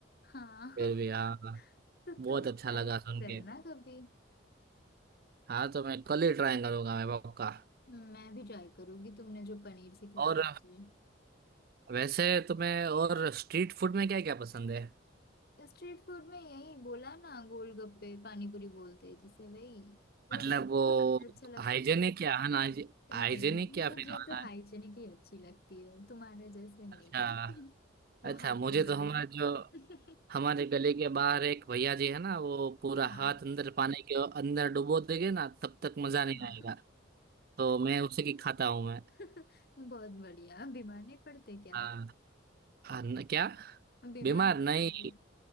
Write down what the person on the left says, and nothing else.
हाँ
<laughs> तो
तुम
ट्राई
करना
कभी
मैं भी ट्राई करूंगी तुमने जो पनीर सिखाया
मुझे
स्ट्रीट फूड में यही बोला ना गोलगप्पे पानीपुरी बोलते हैं जिसे वही वो
वो सबसे अच्छा लगता
है
नहीं
मुझे
तो हाइजीनिक ही अच्छी लगती है तुम्हारे जैसे नहीं
<laughs> वो
हाथों
वाली
<laughs>
हाँ
हाँ
<laughs> बहुत बढ़िया बीमार नहीं पड़ते क्या
बीमार
नहीं
पड़ते